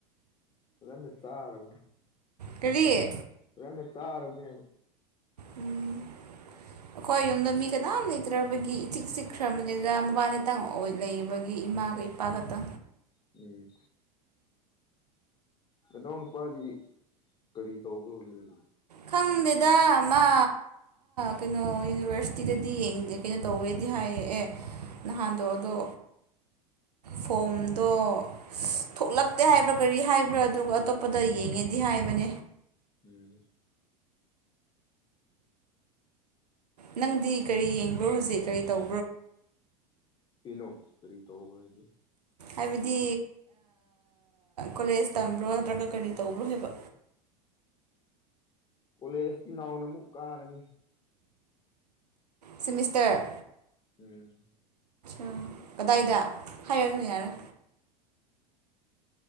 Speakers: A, on the left; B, on the right.
A: ꯑꯗꯨ ꯆꯥꯔ
B: ꯀꯔꯤꯌꯦ
A: ꯍꯅ ꯆꯔ ꯌꯥ
B: ꯎꯝ ꯑꯩꯈꯣꯏ ꯌꯨꯝꯗ ꯃꯤ ꯀꯅꯥꯝ ꯂꯩꯇ꯭ꯔꯕꯒꯤ ꯏꯆꯤꯛ ꯆꯤꯛꯈ꯭ꯔꯕꯅꯤꯗ ꯃꯕꯥꯅꯤꯇꯪ ꯑꯣꯏ ꯂꯩꯕꯒꯤ ꯏꯃꯥꯒ ꯑꯣꯏꯣꯏ ꯄꯒꯇ
A: ꯎꯝ ꯅꯗꯥꯎ ꯅꯨꯄꯥꯗꯤ ꯀꯔꯤ ꯇꯧꯕꯒꯦ ꯍꯧꯖꯤꯛ
B: ꯈꯪꯗꯦꯗ ꯃꯥ ꯀꯩꯅꯣ ꯌꯨꯅꯤꯚꯔꯁꯤꯇꯤꯗꯗꯤ ꯌꯦꯡꯗꯦ ꯀꯩꯅꯣ ꯇꯧꯋꯦꯗꯤ ꯍꯥꯏ ꯑꯦ ꯅꯍꯥꯟꯗꯣ ꯑꯗꯣ
A: <unintelligible>
B: ꯐꯣꯝꯗꯣ ꯊꯣꯛꯂꯛꯇꯦ ꯍꯥꯏꯕ꯭ꯔꯥ ꯀꯔꯤ ꯍꯥꯏꯕ꯭ꯔꯥ ꯑꯗꯨꯒ ꯑꯇꯣꯞꯄꯗ ꯌꯦꯡꯉꯦꯗꯤ ꯍꯥꯏꯕꯅꯦ
A: ꯎꯝ
B: ꯅꯪꯗꯤ ꯀꯔꯤ ꯌꯦꯡꯕꯣ ꯍꯧꯖꯤꯛ ꯀꯔꯤ ꯇꯧ
A: ꯀꯩꯅꯣ ꯀꯔꯤ ꯇꯧꯕꯗꯤ
B: ꯍꯥꯏꯕꯗꯤ ꯀꯣꯂꯦꯖ ꯇꯝꯕ꯭ꯔꯣ ꯅꯠꯇ꯭ꯔꯒ ꯀꯔꯤ ꯇꯧꯕ꯭ꯔꯣ ꯍꯥꯏꯕ
A: <unintelligible> ꯀꯣꯂꯦꯖꯇꯤ ꯅꯥꯎꯅ ꯑꯃꯨꯛ ꯀꯥꯔꯅꯤ
B: ꯁꯤꯃꯤꯁꯇꯔ
A: ꯎꯝ
B: ꯑ ꯀꯗꯥꯏꯗ ꯍꯥꯏꯔ ꯑꯗꯨꯝ ꯌꯥꯔꯦ